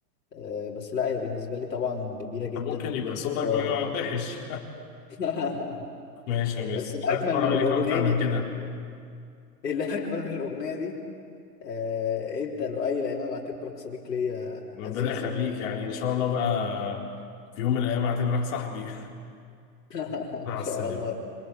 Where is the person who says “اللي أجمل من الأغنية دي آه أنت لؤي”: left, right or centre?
Left